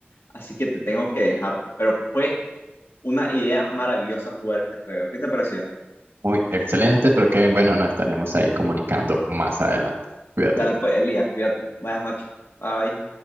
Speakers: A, on the left (about 85°); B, on the right (about 75°).
A: así que te tengo que dejar. Pero fue una idea maravillosa jugar este juego. ¿Qué te pareció?
B: Muy excelente, pero Kevin, bueno, nos estaremos ahí comunicando más adelante. Cuídate.
A: Dale pues, Elías, cuídate. Buenas noches. Bye.